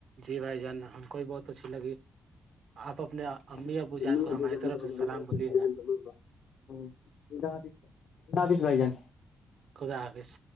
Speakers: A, on the right; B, on the left.
A: جی بھائی جان ہم کو بھی بہت اچھی لگی آپ اپنے
B: ش
A: امی ابو جان کو ہماری طرف سے سلام بولیے گا
B: بائی جان
A: خدا حافظ